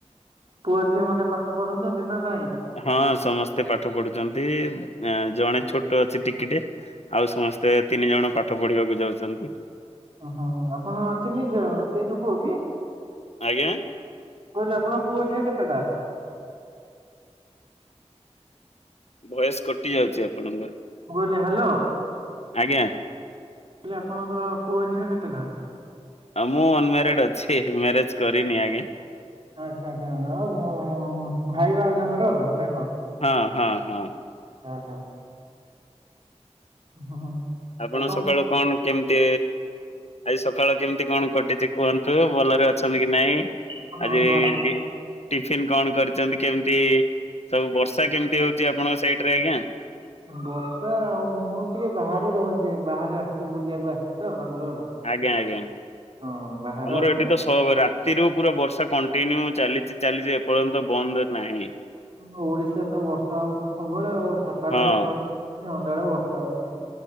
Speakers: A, on the right (about 45°); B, on the left (about 65°).
A: ପୁଅ ଝିଅ ମାନେ ପାଠ ପଢୁଛନ୍ତି ନା ନାଇଁ।
B: ହଁ ସମସ୍ତେ ପାଠ ପଢୁଛନ୍ତି। ଜଣେ ଛୋଟ ଅଛି ଟିକିଟେ। ଆଉ ସମସ୍ତେ ତିନି ଜଣ ପାଠ ପଢିବାକୁ ଯାଉଛନ୍ତି।
A: ଓ ହୋ ଆପଣ ତିନି ଝିଅ ତିନି ପୁଅ କି?
B: ଆଜ୍ଞା।
A: କହିଲେ ଆପଣଙ୍କ ପୁଅ ଝିଅ କେତେଟା?
B: ଭଏସ୍ କଟି ଯାଉଛି। ଆପଣଙ୍କର
A: ମୁଁ କହିଲି ହ୍ୟାଲୋ।
B: ଆଜ୍ଞା।
A: ଆପଣଙ୍କ ପୁଅ ଝିଅ କେତେ ଟା?
B: ଆ ମୁଁ ଅନ୍ ମ୍ୟାରେଡ୍ ଅଛି। ମ୍ୟାରେଜ୍ କରିନି ଆଜ୍ଞା।
A: ଆଚ୍ଛା ଆଚ୍ଛା ଆଉ ଭାଇ ଭାଉଜଙ୍କର ନା କଣ।
B: ହଁ ହଁ ହଁ।
A: ଓ ହୋ। ହଁ।
B: ଆପଣ
A: ଆଉ
B: ସକାଳୁ କଣ କେମିତି ଆଜି ସକାଳ କେମିତି କଣ କଟିଛି କୁହନ୍ତୁ? ଭଲରେ ଅଛନ୍ତି କି ନାଇଁ?
A: କଣ ହଁ
B: ଆଜି
A: ଭଲ
B: ଏଇଡି ଟିଫିନ୍ କଣ କରିଛନ୍ତି କେମିତି? ସବୁ ବର୍ଷା କେମିତି ହଉଛି ଆପଣଙ୍କ ସାଇଡରେ ଆଜ୍ଞା?
A: ବର୍ଷା ହଉନି। ମୁଁ ଟିକେ ବାହାରେ ରହୁଛି। ବାହାରେ ଆସିଛି ବୁଲିବାକୁ ଆସିଛି ତ। ବାଙ୍ଗାଲୋର।
B: ଆଜ୍ଞା ଆଜ୍ଞା
A: ହଁ ବାହାରେ
B: ଆମର
A: ଅଛି
B: ଏଠି ତ ସହବ ରା ରାତିରୁ ପୁରା ବର୍ଷା କଣ୍ଟିନ୍ୟୁ ଚାଲିଚି ଚାଲିଚି ଏପର୍ଯ୍ୟନ୍ତ ବନ୍ଦ ନାହିଁ।
A: ହଁ ଓଡିଶା ତ ବର୍ଷା ହଉଛି। ସବୁବେଳେ ସକାଳେ
B: ହଁ
A: ଖ ସନ୍ଧ୍ୟା ବେଳେ ବର୍ଷା ହଉଛି।